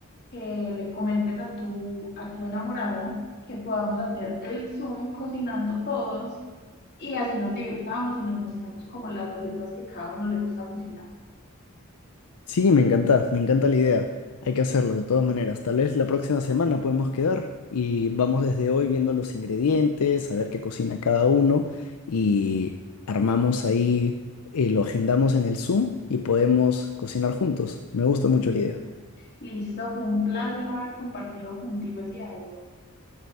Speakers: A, on the left; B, on the left.
A: que le comentes a tu, a tu enamorada que podamos hacer el Zoom cocinando todos y así nos divirtamos y nos mostramos como las recetas que cada uno le gusta cocinar.
B: Sí, me encanta, me encanta la idea. Hay que hacerlo de todas maneras. Tal vez la próxima semana podemos quedar y vamos desde hoy viendo los ingredientes, a ver qué cocina cada uno y armamos ahí, eh, lo agendamos en el Zoom y podemos cocinar juntos. Me gusta mucho la idea.
A: Listo, fue un placer haber compartido contigo el día de hoy.